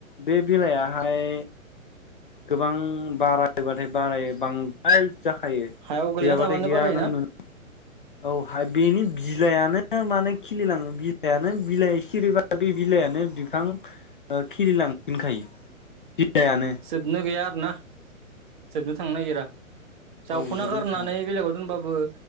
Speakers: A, on the left (about 40°); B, on the right (about 35°).
A: बे बिलाइयाहाय गोबां बारायबाथाय बारायो। बांद्राय जाखायो,
B: हायाव गोलैना
A: गैयाबाथाय
B: थाबानो
A: गैया
B: बारायोना
A: नों नु औ हाया बेनि बिलाइआनो माने खिलिलाङो बिलाइआनो बिलाइ सिरिबा बे बिलाइआनो बिफां ओ खिलिलांफिनखायो। बिलाइानो
B: सोदनो गैया। ना जोबनो थांनो नागिरा जावफुना
A: औ जोबनो
B: गारनानै
A: थाङा
B: बेलेगाव दोनबाबो बो